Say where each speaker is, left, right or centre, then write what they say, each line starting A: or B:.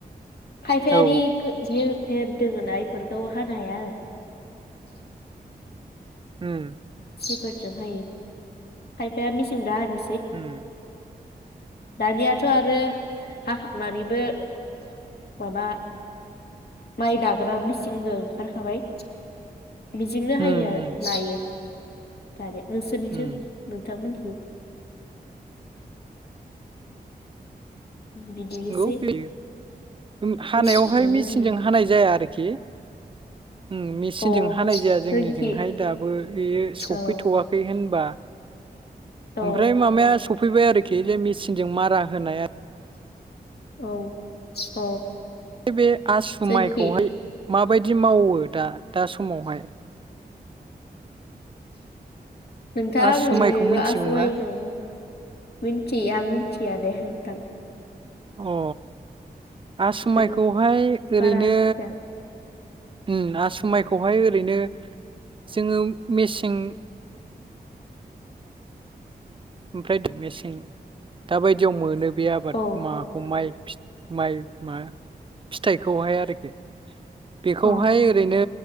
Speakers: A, on the left; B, on the right.
A: खायफारि
B: औ
A: गो जि फेर दोङो ना बेफोरखौ हानो हाया आरो
B: उम
A: सिफोरजों हायो खायफाया मेसिं दाे लि
B: होम।
A: दानियाथ' आरो हाखांनानैबो माबा माइ दाग्रा मिसिंबो ओंखारखाबाय। बिदिनो
B: उम
A: हायो आरो
B: उम
A: नायो दारेन नोंसोरनिथिं
B: उम
A: नोंथांमोन <unintelligible> <unintelligible> बिदिनोसै
B: गौ बियो हानायावहाय
A: मेचिनजोंनो
B: मेचिनजों
A: हायो
B: हानाय जाया आरो के उम मेचिनजों
A: औ
B: हानाय जाया जोंनिजोंहाय
A: जोंखि
B: दाबो बेयो सफैथ'वाखै
A: औ
B: होनबा <inaudible> <inaudible>
A: औ
B: ओमफ्राय मामाया सफैबाय आरो खि जे मिचिनजों मारा होनाया
A: औ अ
B: बे आसु
A: जोंखि
B: माइखौहाय माब बायदि मावो दा दा समावहाय
A: नोंथां
B: आसु
A: आङो
B: माइखौ मिथिगौना
A: आसु माइखौ मिन्थिया मिथिया दे <unintelligible> <unintelligible>
B: अ आसुमाइखौहाय
A: बेफोरनि बारा
B: ओरैनो
A: मिथिया
B: उम आसुमाइखौहाय ओरैनो जोङो मेसें ओमफ्राय मेसें दााबायदियाव मोनो बे आबाद
A: औ
B: माखौ माइ माइ मा फिथाइखौहाय आरोखि बेखौहाय
A: औ
B: ओरैनो